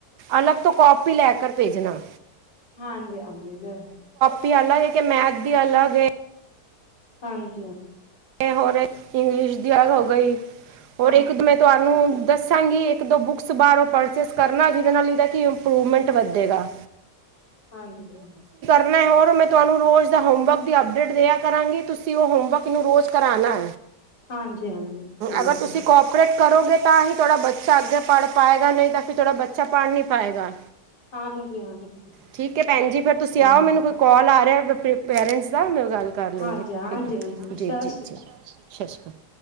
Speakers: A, on the right (about 70°); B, on the left (about 85°).
A: ਅਲਗ ਤੋਂ ਕੋਪੀ ਲੈ ਕਰ ਭੇਜਣਾ।
B: ਹਾਂਜੀ, ਹਾਂਜੀ ਜ
A: ਵੀ ਅਲਗ ਹੈ, ਕਿ ਮੈਥ ਵੀ ਅਲਗ ਹੈ।
B: ਹਂਜੀ ਹਾਂ।
A: ਹੋਰ ਇੰਗਲਿਸ਼ ਦੀ ਅਗ ਹੋ ਗਈ। ਹੋਰ
B: ਹਾਂ
A: ਇੱਕ, ਮੈਂ ਤੁਹਾਨੂੰ ਦੱਸਾਂਗੀ, ਇੱਕ ਦੋ ਬੁੱਕਸ ਬਾਰੋਂ ਪਰਚੇਸ ਕਰਨਾ, ਜਿਦੇ ਨਾਲ ਇਦਾ ਕਿ ਇੰਪਰੂਵਮੈਂਟ ਵੱਧੇਗਾ।
B: ਹਾਂਜੀ ਹਾਂ।
A: ਮੈ ਹੋਰ, ਮੈਂ ਤੁਹਾਨੂੰ ਰੋਜ਼ ਦਾ ਹੋਮਵਰਕ ਦੀ ਅਪਡੇਟ ਦਿਆ ਕਰਾਂਗੀ। ਤੁਸੀਂ ਉਹ ਹੋਮਵਰਕ ਇਨੂੰ ਰੋਜ਼ ਕਰਾਨਾ,
B: ਹਾਂਜੀ ਹਾਂਜੀ ਠੀਕ
A: ਅਗਰ ਤੁਸੀਂ
B: ਹੈ
A: ਕੋਪਰੇਟ ਕਰੋਗੇ, ਤਾਂ ਹੀ ਥੋਡਾ ਬੱਚਾ ਅੱਗੇ ਪੜ੍ਹ ਪਾਏਗਾ। ਨਹੀਂ ਤਾਂ ਫਿਰ, ਥੋੜ੍ਹਾ ਬੱਚਾ ਪੜ੍ਹ ਨੀ ਪਾਏਗਾ।
B: ਹਾਂਜੀ ਹਾਂਜੀ
A: ਠੀਕ ਹੈ ਭੈਣਜੀ। ਫੇਰ ਤੁਸੀਂ
B: ਹਾਂ
A: ਆਓ, ਮੈਨੂੰ ਕੋਈ ਕੋਲ ਆ <unintelligible> ਪੇਰੈਂਟਸ ਦਾ ਮੈਂ ਗੱਲ ਕਰ ਲਈ।
B: ਹਾਂਜੀ
A: ਹ,
B: ਹਾਂਜੀ
A: ਠੀਕ ਹੈ
B: ਹਾਂਜੀ
A: ਜੀ।
B: ਸਤਿ ਸ਼੍ਰੀ
A: ਜੀ, ਜੀ।
B: ਅਕਾਲ
A: ਸਤਿ ਸ਼੍ਰੀ ਅਕਾਲ।